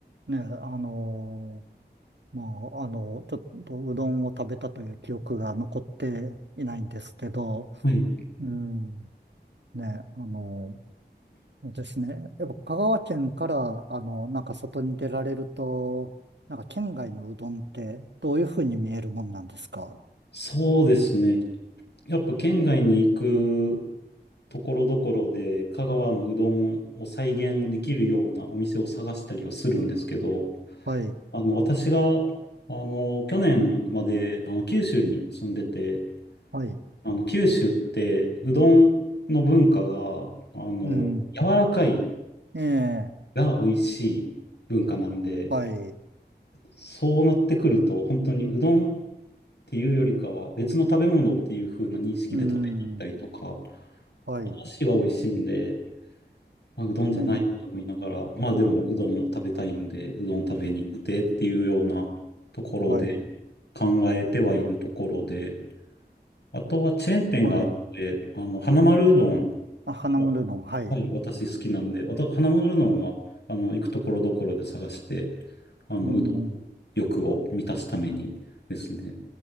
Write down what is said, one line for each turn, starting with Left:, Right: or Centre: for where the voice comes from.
Right: ね、あのーまあ、あの、ちょっとうどんを食べたという記憶が残っていないんですけど、
Left: はい。
Right: うん、ね、あのそうですね、やっぱ香川県から、あの、なんか外に出られると、なんか県外のうどんってどういうふうに見えるもんなんですか
Left: そうですね。やっぱ県外に行くところどころで香川のうどんを再現できるようなお店を探したりはするんですけど、
Right: はい、
Left: あの、私が、あの、去年まで、あの、九州に住んでて、
Right: はい、
Left: あの、九州ってうどんの文化が、あの、
Right: うん。
Left: 柔らかい
Right: ええ、
Left: が美味しい文化なんで、
Right: はい、
Left: そうなってくると、本当にうどんっていうよりかは別の食べ物っていう風な認識で食べに行ったりとか、
Right: うん。はい、
Left: お出汁は美味しいんで、まあ、うどんじゃないと思いながら、
Right: ええ、
Left: まあでもうどんを食べたいんで、うどん食べに行ってっていうようなところで
Right: はい、
Left: 考えてはいるところで、あとはチェーン店があるんで、
Right: はい、
Left: あの、花丸うどん
Right: あ、花丸うどん、
Left: は、
Right: はい。
Left: はい、私好きなんで、わた花丸うどんは、あの、行くところどころで探して、あの、
Right: うん。
Left: うどん欲を満たすためにですね。